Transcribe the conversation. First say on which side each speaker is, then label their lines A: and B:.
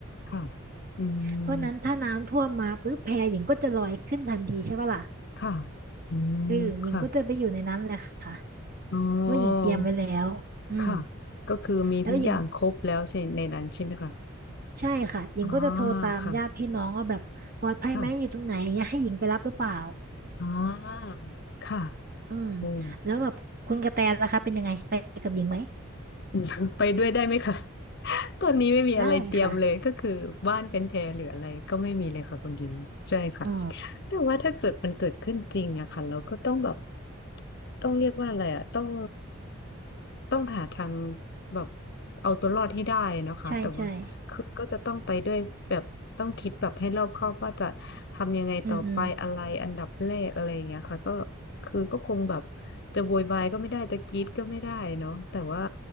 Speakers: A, on the left; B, on the right.
A: ค่ะอื
B: เพราะฉะนั้นถ้าน้ำท่วมมาปุ๊บแพหญิงก็จะลอยขึ้นทันทีใช่ปะล่ะ
A: มค่ะอืมค่ะ
B: เออหญิงก็จะไปอยู่ในนั้นแหละค่ะ
A: อ๋อ
B: เพราะว่าหญิงเตรียมไว้แล้วอืม
A: ค่ะก็คือมีทุกอย่างครบแล้วใช่ในนั้นใช่ไหมคะ
B: แล้วหญิงใช่ค่ะหญิงก็จะโทรตามญาติพี่น้องว่าแบบปลอดภัยไหมอยู่ตรงไหนอย่างเงี้ยให้หญิงไปรับหรือเปล่า
A: อ๋อค่ะค่ะ อ่าค่ะ
B: อืม
A: โอ้ <laughs> ย
B: แล้วแบบคุณกระแตล่ะคะเป็นยังไงไปกับหญิงไหม
A: อืม <laughs> ไปด้วยได้ไหมคะ <laughs> ตอนนี้ไม่มีอะไรเตรียมเลยก็คือบ้านเป็นแพหรืออะไรก็ไม่มีเลยค่ะคุณยิมใช่ค่ะ
B: ได้ค่ะอ๋อ
A: แต่ว่าถ้าเกิดมันเกิดขึ้นจริงอะค่ะเราก็ต้องแบบต้องเรียกว่าอะไรอะต้องต้องหาทางแบบเอาตัวรอดให้ได้นะคะแต่ว่าคือก็จะต้องไปด้วยแบบต้องคิดแบบให้รอบคอบว่าจะทำยังไงต่อไปอะไรอันดับแรกอะไรอย่างเงี้ยค่ะก็
B: ใช่ใช่อืมอืม
A: คือก็คงแบบ จะโวยวายก็ไม่ได้จะกรี๊ดก็ไม่ได้เนาะแต่ว่า